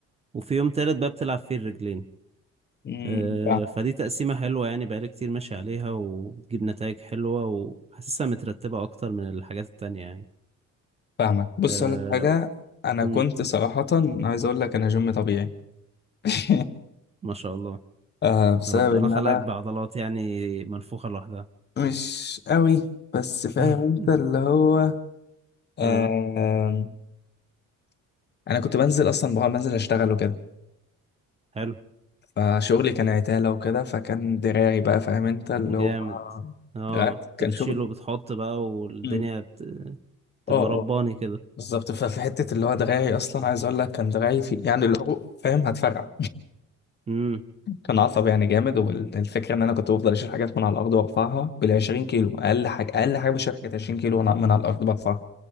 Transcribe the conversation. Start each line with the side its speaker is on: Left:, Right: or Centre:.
Right: وفي يوم تالت بقى بتلعب فيه الرجلين
Left: امم
Right: آه،
Left: فاهمك
Right: فدي تقسيمة حلوة يعني بقالي كتير ماشي عليها وبتجيب نتائج حلوة وحاسسها مترتبة أكتر من الحاجات التانية يعني
Left: فاهمك بص
Right: أه...
Left: اقول لك حاجة انا
Right: مم،
Left: كنت صراحة عايز اقول لك انا جيم طبيعي <laughs>
Right: ما شاء الله
Left: آه بسبب
Right: ربنا
Left: ان
Right: خلقك
Left: انا
Right: بعضلات يعني منفوخة لوحدها
Left: مش قوي بس فاهم
Right: <laughs>
Left: انت اللي هو آه،
Right: اه
Left: انا كنت بنزل اصلا بقى بنزل اشتغل وكده
Right: حلو
Left: فشغلي كان عتالة وكده فكان دراعي بقى فاهم انت اللي
Right: جامد
Left: هو
Right: اه
Left: دراعي
Right: انت
Left: كان
Right: بتشيل
Left: شغل
Right: وبتحط بقى والدنيا
Left: مم.
Right: بت... تبقى
Left: اه
Right: رباني
Left: اه
Right: كده
Left: بالظبط ففي حتة اللي هو دراعي اصلا عايز اقول لك كان دراعي في يعني اللي هو فاهم هتفرقع
Right: امم
Left: كان عصب يعني جامد والفكرة ان انا كنت بفضل اشيل حاجات من على الارض وارفعها بال 20 كيلو اقل حاجة اقل حاجة بشيلها كانت 20 كيلو وانا من على الارض برفعها